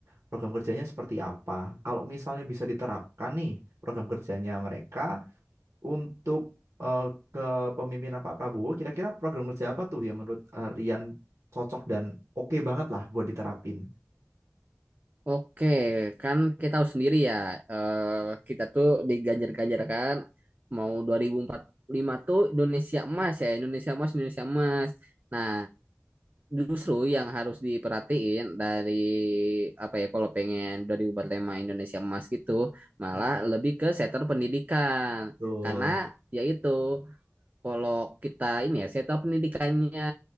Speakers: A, on the right (about 80°); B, on the right (about 35°).
A: program kerjanya seperti apa. Kalau misalnya bisa diterapkan nih program kerjanya mereka untuk eh, kepemimpinan Pak Prabowo, kira-kira program kerja apa tuh yang menurut eh, Rian cocok dan oke banget lah buat diterapin?
B: Oke, kan kita tahu sendiri ya, eh, kita tuh diganjar-ganjarkan mau 2045 tuh Indonesia emas ya, Indonesia emas, Indonesia emas. Nah, justru yang harus diperhatiin dari apa ya, kalau pengen 2045 Indonesia emas gitu, malah
A: Betul.
B: lebih ke sektor pendidikan.
A: Betul.
B: Karena yaitu kalau kita ini ya sektor pendidikannya